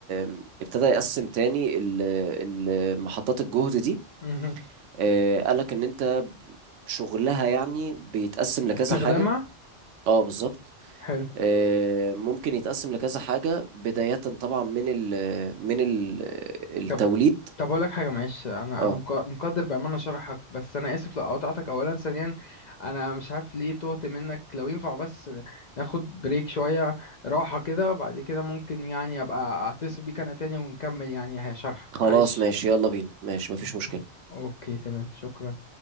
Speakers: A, on the right (about 80°); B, on the left (about 50°).
A: آم، ابتدى يقسم تاني ال- ال- محطات الجهد دي
B: مهم.
A: آه، قالك ان انت شغلها يعني بيتقسم لكذا
B: استخدامها
A: حاجة اه بالظبط
B: حلو
A: آه، ممكن يتقسم لكذا حاجة بداية طبعا من ال من ال التوليد
B: طب طب اقول لك حاجه معلش انا
A: اه
B: انا مق- مقدر بامانه شرحك بس انا اسف لو قطعتك اولا ثانيا انا مش عارف ليه تهت منك لو ينفع بس ناخد بريك شويه راحه كده وبعد كده ممكن يعني ابقى اتصل بيك انا تاني ونكمل يعني هي شرح
A: خلاص
B: معلش
A: ماشي يلا بينا ماشي مفيش
B: أوه.
A: مشكلة
B: اوكي تمام شكرا